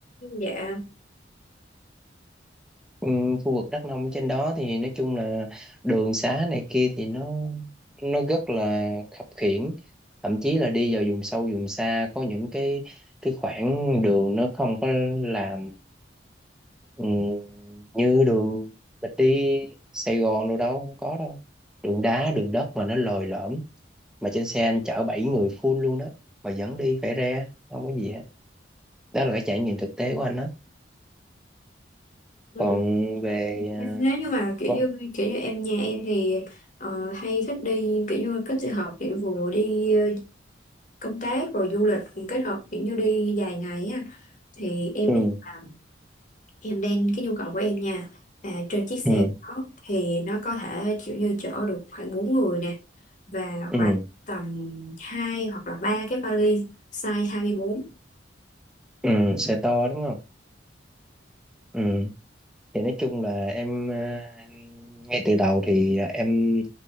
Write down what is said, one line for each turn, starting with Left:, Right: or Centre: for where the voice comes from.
Left: Dạ,
Centre: ừ, khu vực Đắk Nông trên đó thì nói chung là đường xá này kia thì nó nó rất là khập khiễng thậm chí là đi vào vùng sâu vùng xa có những cái cái khoảng đường nó không có làm ừ, như đường mình đi Sài Gòn đâu đâu không có đâu đường đá đường đất mà nó lồi lõm mà trên xe anh chở bảy người full luôn đó mà vẫn đi phải re không có gì hết đó là cái trải nghiệm thực tế của anh đó
Left: ừ.
Centre: còn về à,
Left: Nếu như mà kiểu
Centre: vấn-
Left: như kiểu như em nhà em thì ờ, hay thích đi kiểu như kết hợp kiểu vừa đi ờ, công tác rồi du lịch thì kết hợp kiểu như đi dài ngày á thì em
Centre: ừ,
Left: biết là em đang cái nhu cầu của em nha là trên chiếc
Centre: ừ,
Left: xe đó thì nó có thể kiểu như chở được khoảng 4 người nè và
Centre: ừ,
Left: khoảng tầm 2 hoặc là 3 cái vali size 24.
Centre: ừ, xe to đúng không ừ. thì nói chung là em à, ngay từ đầu thì à, em